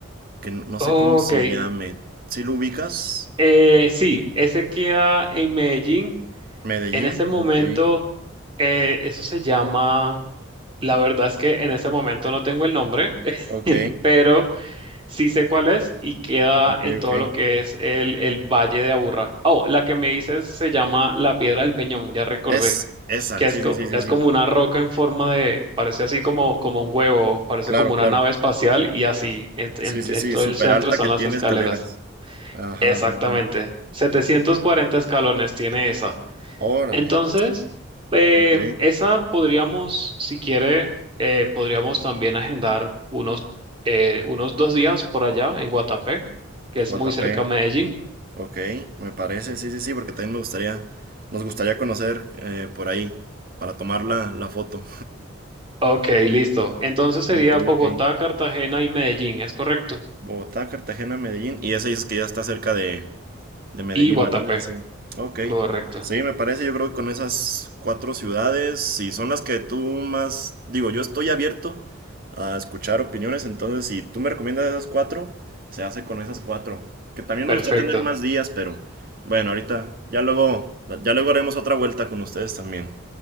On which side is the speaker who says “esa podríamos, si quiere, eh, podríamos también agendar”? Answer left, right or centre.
Right